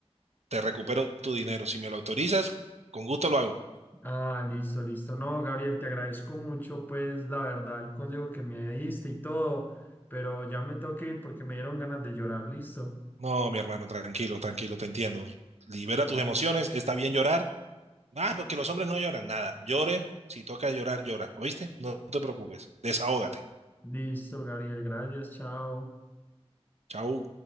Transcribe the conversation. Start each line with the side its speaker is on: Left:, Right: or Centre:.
Right: te recupero tu dinero. Si me lo autorizas, con gusto lo hago.
Left: Ah, listo, listo. No, Gabriel, te agradezco mucho, pues la verdad, el consejo que me diste y todo, pero ya me tengo que ir porque me dieron ganas de llorar. Listo.
Right: No, mi hermano, tranquilo, tranquilo, te entiendo. Libera tus emociones, está bien llorar. Ah, porque los hombres no lloran nada. Llore, si toca llorar, llora. ¿Oíste? No te preocupes, desahógate.
Left: Listo, Gabriel, gracias, chao.
Right: Chau.